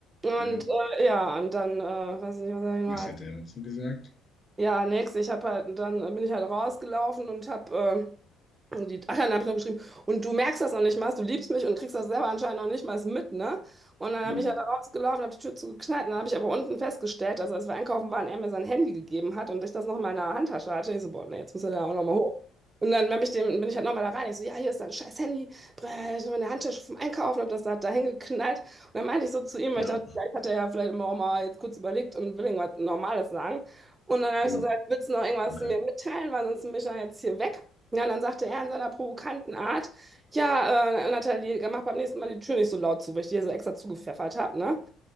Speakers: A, on the right; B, on the left.
A: Und
B: ja.
A: äh, ja, und dann, äh, weiß ich nicht, was sag
B: Was hat
A: ich noch?
B: er dazu gesagt?
A: Ja, nix, ich habe halt, dann bin ich halt rausgelaufen und habe und Die, ach ja, dann habe ich noch geschrieben. Und du merkst das noch nicht mal, du liebst mich und kriegst das selber anscheinend noch nicht mal mit, ne? Und dann
B: Mhm.
A: habe ich ja da rausgelaufen, habe die Tür zugeknallt und dann habe ich aber unten festgestellt, also als wir einkaufen waren, er mir sein Handy gegeben hat und ich das noch in meiner Handtasche hatte. Ich so, boah, nee, jetzt muss er da auch noch mal hoch. Und dann hab ich dem, bin ich halt nochmal da rein. Ich so, ja, hier ist dein scheiß Handy. Brr, Ich habe meine Handtasche vom Einkaufen, habe das da, da hingeknallt. Und dann meinte ich so zu ihm, weil
B: Ja,
A: ich dachte, vielleicht hat er ja vielleicht immer auch mal jetzt kurz überlegt und will irgendwas Normales sagen. Und dann habe
B: ja,
A: ich so gesagt, willst du noch irgendwas
B: okay.
A: mir mitteilen, weil sonst bin ich dann jetzt hier weg. Ja, und dann sagte er in seiner provokanten Art, ja, äh, Nathalie, mach beim nächsten Mal die Tür nicht so laut zu, weil ich dir so extra zugepfeffert habe, ne?